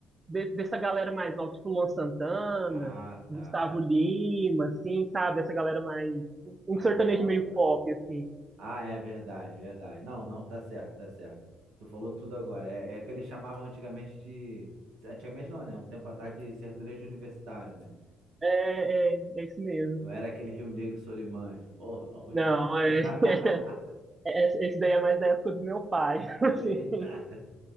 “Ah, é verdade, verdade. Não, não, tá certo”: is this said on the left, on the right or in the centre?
Right